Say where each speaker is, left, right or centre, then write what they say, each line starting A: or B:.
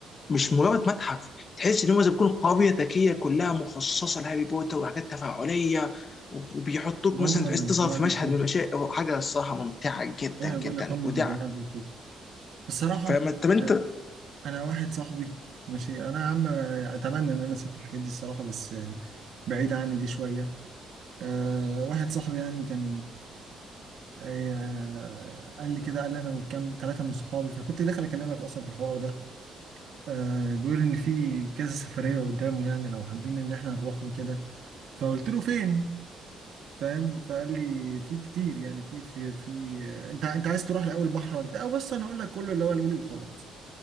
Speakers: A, on the left (about 45°); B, on the right (about 65°).
A: مش مجرد متحف تحس ان هم زي ما بيكون قريه ذكيه كلها مخصصه لهاري بوتر وحاجات تفاعليه و- وبيحطوك
B: هم
A: مثلا تحس
B: الجماعة
A: تظهر في
B: دول
A: مشهد
B: كده
A: من المشاهد حاجه الصراحه ممتعه جدا
B: ايه
A: جدا
B: بقول لك هم
A: ودي
B: الجماعة دول كده الصراحه
A: فما طب انت
B: انا أنا واحد صاحبي ماشي انا يا عم اتمنى ان انا اسافر الحاجات دي الصراحه بس بعيد عني دي شويه أه واحد صاحبي يعني كان آه، قال لي كده قال لي انا وكام ثلاثه من صحابي فكنت داخل اكلمك اصلا في الحوار ده آه بيقول ان في كذا سفريه قدامه يعني لو حابين ان احنا نروح وكده فقلت له فين فاهم فقال لي في كتير يعني في في في آه، انت انت عايز تروح الاول بحر ولا بتاع آه، بص انا هقول لك كله اللي هو قاله لي وخلاص